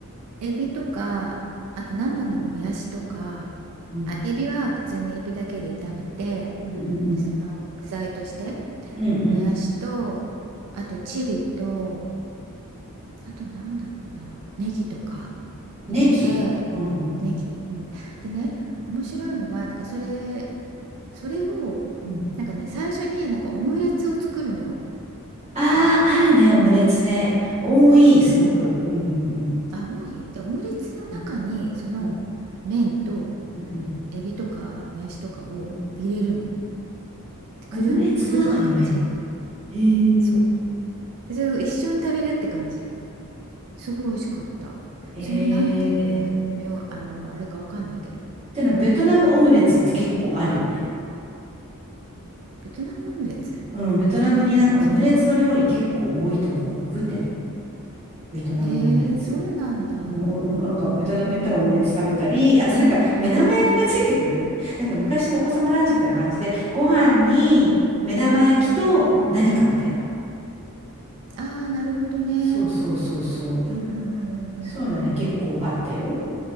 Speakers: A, on the right; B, on the right.
A: エビとか、あと生のもやしとか、
B: うん
A: あ、エビは普通にエビだけで炒めて、
B: うんうん。
A: でその具材として。
B: うんうん。
A: もやしと、あとチリと、あとなんだろうな、ネギとか
B: ネギ。
A: 入れて、
B: うんうんうん。
A: ネギ、うん。でね、面白いのは、なんかそれ、それを、
B: うん。
A: なんかね、最初になんかオムレツを作るのよ。
B: ああ、
A: あの、
B: あるね、オムレツね。多い、すごく。
A: うん。
B: うんうんうん。
A: あ、多いで、オムレツの中に、
B: うん
A: その麺と
B: うんうんうん。
A: エビとかもやしとかを入れるの。
B: うんオムレツの中に麺。
A: くるむ、くるむって感じ
B: へえ。
A: そう。で、それを一緒に食べるって感じ。すごい美味しかった。
B: え
A: それもなんていう名、
B: ー、
A: あの、あれかわかんないけど、
B: でもベトナムオムレツって結構あるよね。
A: ベトナムオムレツ
B: うん、ベトナムになんかオムレツの料理結構多いと思う。
A: あれ、どんなやつ
B: ググってみ。ベトナムオムレツ。
A: えー、そうなんだ。う
B: うん、おおなんかベトナム行ったらオムレツ食べたり、
A: ーん。
B: <laughs> あとなんか目玉焼きがついてくる。なんか昔のお子様ランチみたいな感じで、ご飯に目玉焼きと何かみたいな。
A: うんうんうんうん。ああー、なるほどね。
B: そうそうそうそう。
A: うんうんうんうんうんうんうん。
B: そういうのはね、結構あったよ。